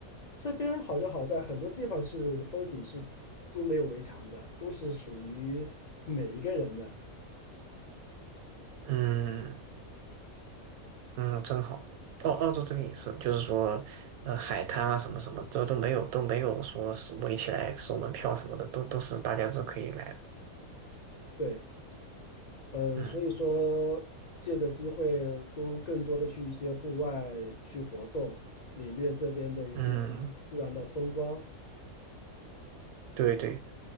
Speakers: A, on the left; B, on the right.
A: 这边好就好在很多地方是风景是都没有围墙的，都是属于每一个人的
B: 嗯。嗯，真好。
A: 啊。
B: 澳澳洲这边也是，就是说，呃，海滩啊，什么什么，都都没有，都没有说是围起来收门票什么的，都都是大家都可以来的。
A: 对，呃，
B: 嗯
A: 所以说借着机会都更多的去一些户外去活动，领略这边的一些
B: 嗯，
A: 自然的风光。
B: 对对